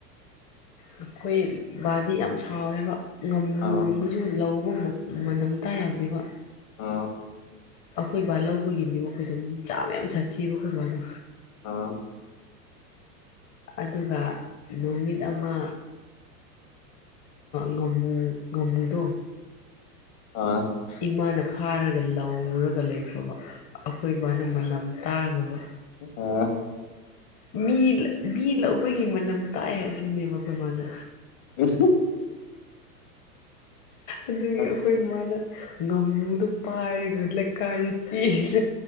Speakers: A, on the left; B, on the left.
A: ꯑꯩꯈꯣꯏ ꯕꯥꯗꯤ ꯌꯥꯝ ꯁꯥꯎꯋꯦꯕ ꯉꯝꯃꯨꯒꯨꯝꯕ
B: ꯑꯥ
A: ꯁꯨ ꯂꯧꯕ ꯃꯅꯝꯇꯥꯥ ꯌꯥꯗꯦꯕ
B: ꯑꯥ
A: ꯑꯩꯈꯣꯏ ꯕꯥ ꯂꯧꯕꯒꯤꯅꯦꯕ ꯑꯩꯈꯣꯏꯗꯣ ꯆꯥꯕ ꯌꯥꯝ ꯁꯥꯊꯤꯑꯕ ꯑꯩꯈꯣꯏ ꯕꯥꯗꯣ
B: ꯑꯥ
A: ꯑꯗꯨꯒ ꯅꯨꯃꯤꯠ ꯑꯃ ꯉꯃꯨ ꯉꯃꯨꯗꯣ
B: ꯑꯥ
A: ꯏꯃꯥꯅ ꯐꯥꯔꯒ ꯂꯧꯔꯒ ꯂꯩꯈ꯭ꯔꯕ ꯑꯩꯈꯣꯏ ꯏꯕꯥꯅ ꯃꯅꯝ ꯇꯥꯈ꯭ꯔꯕ
B: ꯑꯣ
A: ꯃꯤ ꯃꯤ ꯂꯧꯕꯒꯤ ꯃꯅꯝ ꯇꯥꯏ ꯍꯥꯏꯁꯤꯅꯦꯕ ꯑꯩꯈꯣꯏ ꯃꯥꯅ
B: ꯑ <inaudible>
A: ꯑꯗꯨꯒꯤ
B: ꯑꯥ
A: ꯑꯩꯈꯣꯏ ꯏ ꯃꯥꯅ ꯉꯥꯃꯨꯗꯣ ꯄꯥꯏꯔꯒ ꯂꯩꯀꯥꯏꯗ ꯆꯦꯜꯂꯦ